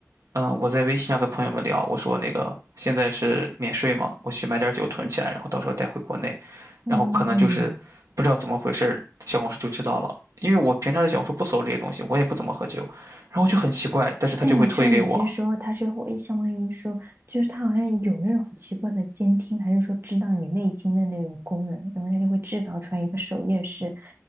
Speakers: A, on the right (about 80°); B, on the right (about 45°).
A: 嗯，我在微信上跟朋友们聊，我说那个现在是免税嘛，我去买点酒囤起来，然后到时候带回国内，
B: 嗯，
A: 然后可能就是不知道怎么回事儿小红书就知道了，因为我平常在小红书不搜这些东西，我也不怎么喝酒，然后就很奇怪，但是他就会推给我。
B: 但你知道，有些时候他是会相当于说，就是他好像有那种很奇怪的监听，还是说知道你内心的那种功能，然后他就会制造出来一个首页是，